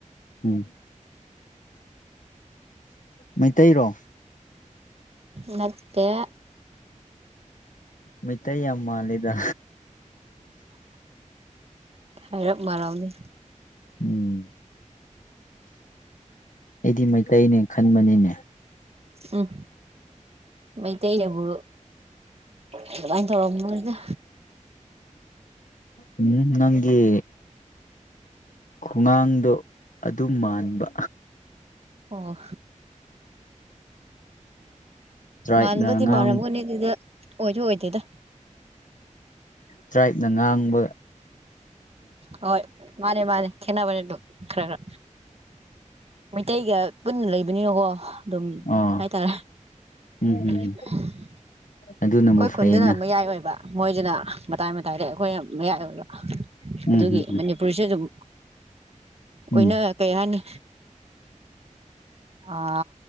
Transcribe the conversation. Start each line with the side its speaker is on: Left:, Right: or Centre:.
Left: ꯎꯝ ꯃꯩꯇꯩꯔꯣ
Right: ꯅꯠꯇ‌ꯦ
Left: ꯃꯩꯇꯩ ꯌꯥꯝ ꯃꯥꯜꯂꯤꯗ
Right: ꯍꯥꯏꯔꯞ ꯃꯥꯜꯂꯝꯅꯤ
Left: ꯎꯝ ꯑꯩꯗꯤ ꯃꯩꯇꯩꯅꯦ ꯈꯟꯕꯅꯤꯅꯦ
Right: ꯎꯝ ꯃꯩꯇꯩꯗꯕꯨ ꯑꯗꯨꯃꯥꯏꯅ ꯇꯧꯔ ꯃꯗ
Left: ꯎꯝ ꯅꯪꯒꯤ ꯈꯒꯥꯡꯗꯣ ꯑꯗꯨꯝ ꯃꯥꯟꯕ
Right: ꯑꯣ
Left: ꯇ꯭ꯔꯥꯏꯞꯅ
Right: ꯃꯥꯟꯕꯗꯤ
Left: ꯉꯥꯡ
Right: ꯃꯔꯝꯒꯅꯤ ꯑꯗꯨꯗ ꯑꯣꯏꯗ ꯑꯣꯏꯗꯦꯗ
Left: ꯇ꯭ꯔꯥꯏꯕꯅ ꯉꯥꯡꯕ
Right: ꯍꯣꯏ ꯃꯥꯅꯦ ꯃꯥꯅꯦ ꯈꯦꯅꯥꯕꯔꯦ ꯑꯗꯨ ꯈꯔ ꯈꯔ ꯃꯩꯇꯩꯩꯒ ꯄꯨꯟꯅ ꯂꯩ ꯑꯗꯨꯀꯣ <inaudible> ꯑꯗꯨꯝ
Left: ꯑꯥ
Right: ꯍꯥꯏꯇꯥꯔꯦ ꯑꯩꯈꯣꯏ
Left: ꯎꯝ ꯎꯝ ꯑꯗꯨꯅꯕꯨ ꯐꯩꯅ
Right: ꯈꯨꯟꯗꯨꯅ ꯑꯃꯛꯌꯥꯏ ꯑꯣꯏꯕ ꯃꯣꯏꯁꯤꯅ ꯃꯇꯥꯏ ꯃꯇꯥꯏꯗ ꯑꯩꯈꯣꯏꯅ ꯃꯌꯥꯏ ꯑꯣꯏꯕ
Left: ꯎꯝ
Right: ꯑꯗꯨꯒꯤ
Left: ꯎꯝ
Right: ꯃꯅꯤꯄꯨꯔꯤꯁꯨꯦ ꯑꯗꯨꯝ ꯑꯣꯏꯅ
Left: ꯎꯝ ꯎꯝ
Right: ꯀꯩ ꯍꯥꯏꯅꯤ ꯑ